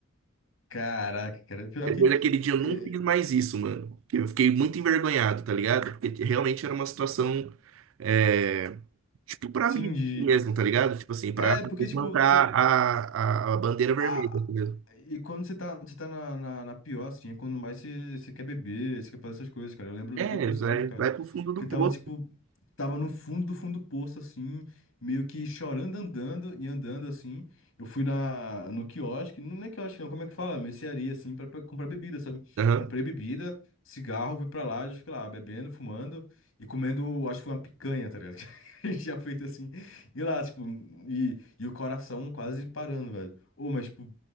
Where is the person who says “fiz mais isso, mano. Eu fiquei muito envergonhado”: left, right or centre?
Right